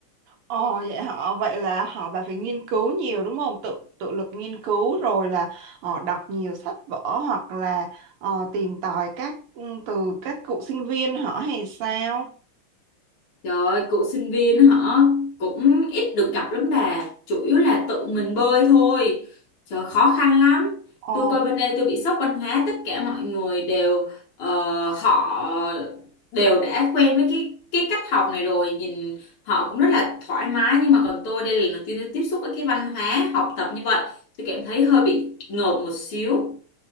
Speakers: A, on the right (about 85°); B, on the left (about 75°).
A: Ồ vậy họ vậy là họ bà phải nghiên cứu nhiều đúng không? Tự tự lực nghiên cứu rồi là họ đọc nhiều sách vở hoặc là ờ, tìm tòi các ừ, từ các cựu sinh viên họ hay sao?
B: Trời ơi, cụ sinh viên hả? Cũng ít được gặp lắm bà. Chủ yếu là tự mình bơi thôi. Trời, khó khăn lắm.
A: Ồ
B: Tôi coi bên đây tôi bị sốc văn hóa. Tất cả mọi người đều... ờ, họ đều đã quen với cái cái cách học này rồi. Nhìn họ cũng rất là thoải mái. Nhưng mà còn tôi đây là lần đầu tiên tôi tiếp xúc với cái văn hóa học tập như vậy. Tôi cảm thấy hơi bị ngợp một xíu.